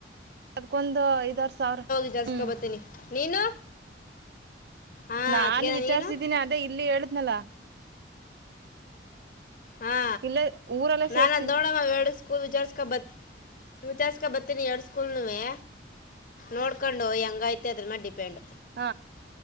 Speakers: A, on the right; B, on the left.
A: ಅದಕೊಂದು ಐದಾರ ಸಾವಿರ
B: ವಿಚಾರಿಸ್ಕೊ
A: ಹ್ಮ್
B: ಬರ್ತೀನಿ ನೀನು ಹಾಂ
A: ನಾನ
B: ಅದಕ್ಕೇನ
A: ವಿಚಾರ್ಸಿದ್ದೀನಿ
B: ನೀನು
A: ಅದೇ ಇಲ್ಲಿ ಹೇಳ್ದ್ನಲ
B: ಹಾ
A: ಇಲ್ಲೇ ಊರಲ್ಲೇ
B: ನಾನದ
A: ಸೇರ್ಸ್ತಿದೀವಿ
B: ನೋಡಮ್ಮ ಎರಡೂ ಸ್ಕೂಲ್ ವಿಚಾರ್ಸ್ಕ ಬತ್ ವಿಚರಿಸಿಕೊಂಡ್ ಬರ್ತೀನಿ ಎರಡ್ ಸ್ಕೂಲ್ವೆ ನೋಡ್ಕೊಂಡು ಹೆಂಗತೆ ಅದ್ರ ಮೇ ಡಿಪೆಂಡ್
A: ಹ